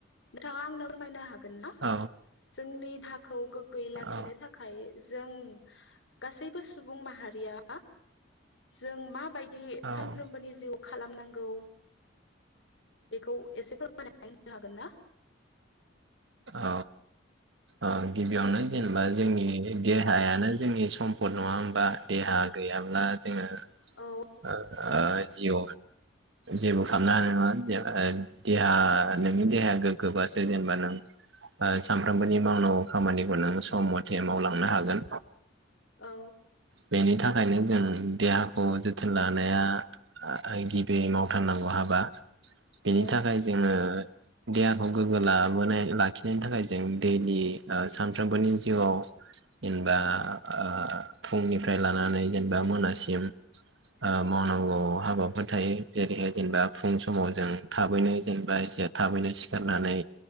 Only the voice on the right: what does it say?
औ
औ
औ
औ औ गिबियावनो जेनेबा जोंनि देहायानो जोंनि सम्फद नङा होमबा देहा गैयाब्ला। जोङो
जि जेबो खालामनो हानाय नङा देहा नोंनि देहाया गोग्गोबासो जेनेबा नों सानफ्रोमबोनि मावनांगौ खामानिखौ नों सम मथे मावलांनो हागोन।
बेनि थाखायनो जों देहाखौ जोथोन लानाया गिबि मावथारनांगौ हाबा। बेनि
थाखाय जोङो देहाखौ गोग्गो लाबोनाय। लाखिनायनि थाखाय जों दैलि सानफ्रोमबोनि जिउआव जेनेबा ओ फुंनिफ्राय लानानै जेनेबा मोनासिम ओ मावनांगौ हाबाफोर थायो जेरैहाय जेनेबा फुं समाव जों थाबैनो जेनेबा एसे थाबैनो सिखारनानै